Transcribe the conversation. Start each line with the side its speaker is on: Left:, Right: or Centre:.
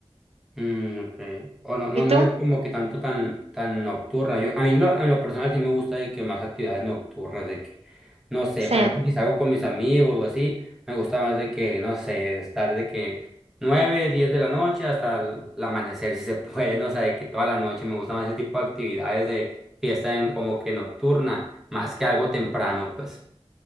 Centre: Mm, ok. O no, no,
Right: ¿Y tú?
Centre: no es como que tanto tan, tan nocturna. Yo, a mí no en lo personal sí me gusta de que más actividades nocturnas, de que, no sé,
Right: Sí.
Centre: por ejemplo, si salgo con mis amigos o así, me gusta más de que, no sé, estar de que 9 10 de la noche hasta el, el amanecer, si se <laughs> puede, no sé, de que toda la noche me gusta más ese tipo de actividades de fiesta en, como que nocturna, más que algo temprano, pues.